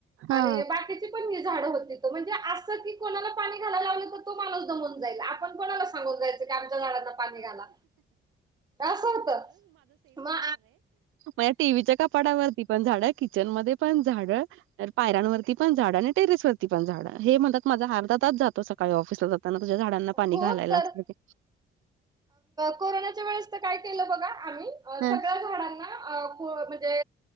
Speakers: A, on the right; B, on the right.
A: हा
B: आणि बाकीची पण ही झाड होती. म्हणजे असं की कोणाला पाणी घालायला लावल तर तो माणूस दमून जाईल आपण कोणाला सांगून जायचं की आमच्या झाडांना पाणी घाला असं होत मग
A: म टीव्हीच्या कपाडावरती पण झाड किचन मध्ये पण झाडं. तर पायऱांवरती पण झाडं आणि टेरेस वती पण झाड हे म्हणतात माझा अर्धा तास जातो सकाळी ऑफिसला जाताना. ता तुझ्या झाडांना पाणी
B: हो
A: घालायला
B: तर
A: लागतंय.
B: कोरोनाच्या वेळेस तर काय केलं बघा आम्ही
A: ह
B: सगळ्या झाडांना- म्हणजे